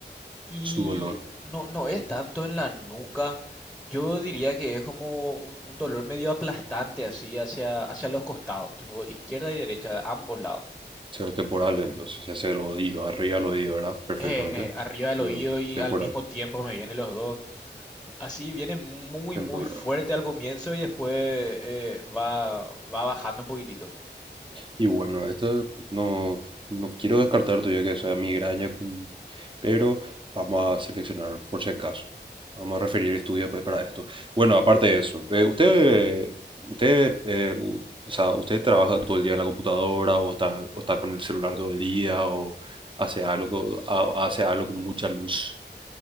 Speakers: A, in the centre; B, on the right (about 25°).
A: Y
B: su dolor?
A: no, no es tanto en la nuca. Yo diría que es como un, un dolor medio aplastante así hacia, hacia los costados, tipo izquierda y derecha, ambos lados.
B: Hacia lo temporal, entonces, hacia el oído, arriba del oído, ¿verdad? Perfectamente.
A: Eh, eh, arriba del
B: Mm,
A: oído y
B: temporal,
A: al mismo tiempo me vienen los dos. Así viene muy,
B: temporal.
A: muy fuerte al comienzo y después eh, va, va bajando un poquitito.
B: Y bueno, esto no, no quiero descartar todavía que sea migraña, con- pero vamos a seleccionar por si acaso. Vamos a referir estudios pues, para esto. Bueno, aparte de eso, eh, usted, usted, eh, u- o sea, usted trabaja todo el día en la computadora o está, o está con el celular todo el día o hace algo, ha- hace algo con mucha luz.